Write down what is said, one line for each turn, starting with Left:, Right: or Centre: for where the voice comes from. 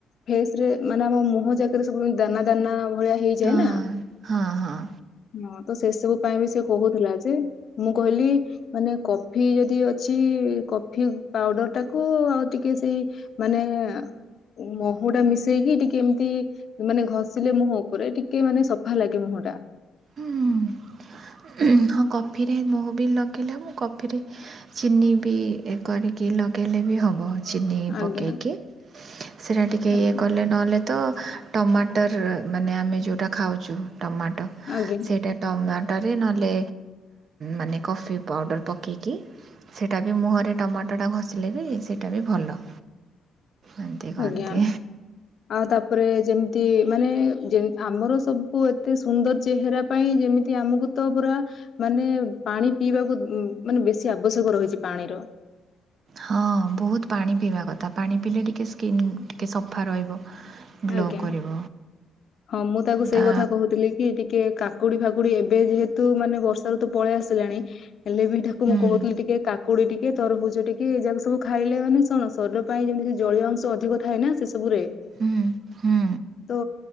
Left: ଫେସ ରେ ମାନେ ଆମ ମୁହଁ ଜାକାରେ ସବୁ ଦାନା ଦାନା ଭଳିଆ ହେଇଯାଏ
Right: ହଁ
Left: ନା।
Right: ହଁ ହଁ।
Left: ହଁ ତ ସେ ସବୁ ପାଇଁ ବି ସେ କହୁଥିଲା ଯେ। ମୁଁ କ ଲି ମାନେ କଫି ଯଦି ଅଛି, କଫି ପାଉଡର ଟାକୁ ଆଉ ଟିକେ ସେଇ ମାନେ-ଏ ମହୁ ଟା ମିଶେଇକି ଟିକେ, ଏମିତି ମାନେ ଘଷିଲେ ମୁହଁ ଉପରେ ଟିକେ ମାନେ ସଫା ଲାଗେ। ମୁଟା।
Right: ହୁଁ
Left: ହୁଁ <inaudible>
Right: ହଁ କଫିରେ ମହୁ ବି ଲଗେଇଲେ ହବ। ମୁଁ କଫିରେ ଚିନି ବି-ଇ କରି କି ଲଗାଇଲେ ବି ହବ ଚିନି
Left: ଆଜ୍ଞା
Right: ପକେଇକି। ସେଇଟା ଟିକେ
Left: ଆଜ୍ଞା
Right: ଇଏ କଲେ ନହେଲେ ତ ଟମାଟର ମାନେ, ଆମେ ଯେଉଁଟା ଖାଉଛୁ ଟମାଟ
Left: ଆଜ୍ଞା
Right: ସେଇଟା ଟମାଟୋରେ ନହେଲେ, ମାନେ କଫି ପାଉଡ଼ର ପକେଇକି ସେଇଟା ବି ମୁହଁରେ ଟମାଟୋଟା ଘଷିଲେ ବି ସେଇଟା ବି ଭଲ। ଏମିତି କହନ୍ତି
Left: ଆଜ୍ଞା, ଆଉ ତାପରେ ଯେମିତି ମାନେ ଏ ଯେ ଆମର ସବୁ ଏତେ ସୁନ୍ଦର ଚେହେରା ପାଇଁ ଯେମିତି ଆମକୁ ତ ପୁରା ମାନେ ପାଣି ପିଇବାକୁ ମାନେ ବେଶୀ ଆବଶ୍ୟକ ରହିଛି ପାଣିର।
Right: ହଁ ବହୁତ ପାଣି ପିଇବା କଥା ପାଣି ପିଇଲେ ଟିକେ ସ୍କିନ୍ ଟିକେ ସଫା ରହିବ। ଗ୍ଲୋ
Left: ଆଜ୍ଞା,
Right: କରିବ
Left: ହଁ ମୁଁ ତାକୁ ସେଇ
Right: ତା
Left: କଥା କହୁଥିଲି କି ଟିକେ କା କାକୁଡି ଫାକୁଡି ଏବେ ଯେହେତୁ ମାନେ ବର୍ଷାରୁତୁ ପଳେଇ ଆସିଲାଣି, ହେଲେ ବି ଠାକୁ
Right: ହୁଁ
Left: ମୁଁ କହୁଥିଲି ଟିକେ କା କୁଡି ଟିକେ ତରଭୁଜ ଟିକେ ଏ ଯାକ ସବୁ ଖାଇଲେ ମାନେ ଣରୀର ପାଇଁ ଯେମିତି ଜଳୀୟ ଅଂଶ ଅଧିକ ଥାଏ ନା ସେ ସବୁରେ
Right: ହୁଁ ହୁଁ
Left: ତ